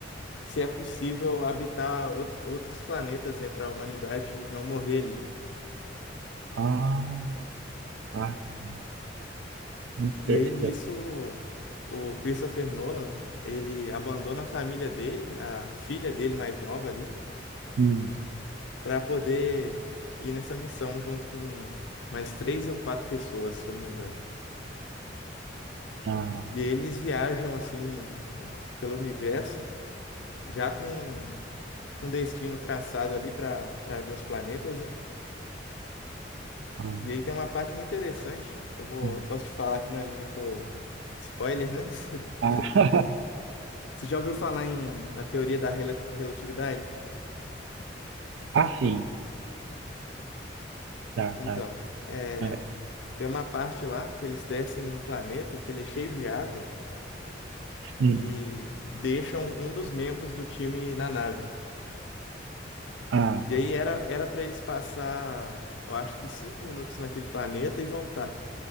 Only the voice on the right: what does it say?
ah, ah, sim, Interestelar,
hum,
ah,
ah,
hum.
Ah, <laughs>
ah, sim. Tá,
tá.
Ah,
hum,
ah,